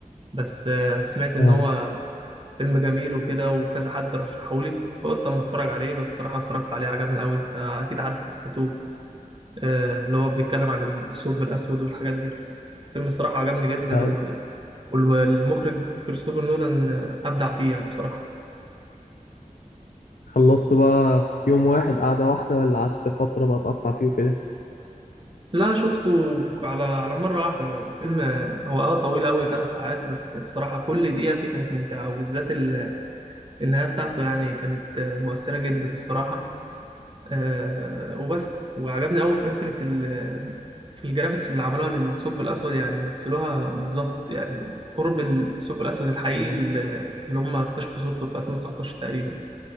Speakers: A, on the right (about 35°); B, on the left (about 80°).
A: بس آه، سمعت ان
B: اه
A: هو فيلم جميل وكده وكذا حد رشحهولي فقلت اما اتفرج عليه بس الصراحه اتفرجت عليه عجبني قوي انت اكيد عارف قصته آه، اللي هو بيتكلم عن الثقب الاسود والحاجات دي فيلم الصراحة عجبني جدا
B: آه،
A: و... والمخرج كريستوفر نولان أبدع فيه يعني بصراحة
B: خلصته بقى في يوم واحد قعده واحده ولا قعدت فتره بقى اتقطع فيه وكده
A: لا شفته على على مرة واحدة الفيلم هو اه طويل أوي ثلاث ساعات بس بصراحة كل دقيقة فيه كانت ممتعة وبالذات ال- النهاية بتاعته يعني كانت مؤثرة جدا الصراحة آه وبس وعجبني أوي فكرة ال- الجرافيكس اللي عملوها للثقب الأسود يعني مثلوها بالظبط يعني قرب الثقب الأسود الحقيقي اللي اللي هم اكتشفوا صورته في 2019 تقريبا